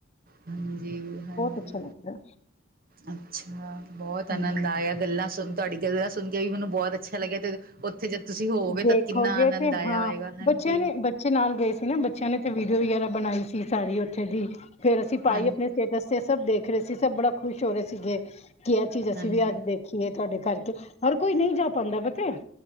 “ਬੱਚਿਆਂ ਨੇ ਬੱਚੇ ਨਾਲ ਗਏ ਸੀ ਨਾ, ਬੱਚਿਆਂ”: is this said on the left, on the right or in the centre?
Left